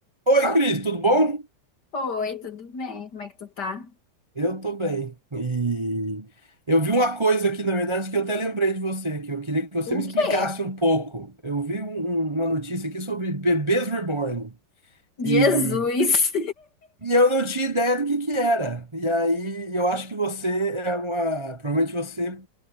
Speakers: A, on the right; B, on the left.
A: Oi, Cris, tudo bom?
B: Oi, tudo bem? Como é que tu tá?
A: Eu tô bem. E eu vi uma coisa aqui, na verdade, que eu até lembrei de você, que eu queria que você
B: O
A: me explicasse
B: quê?
A: um pouco. Eu vi um- um- uma notícia aqui sobre bebês reborn
B: Jesus!
A: e, e eu não tinha ideia do que que era. E aí eu acho que você é uma. Provavelmente você,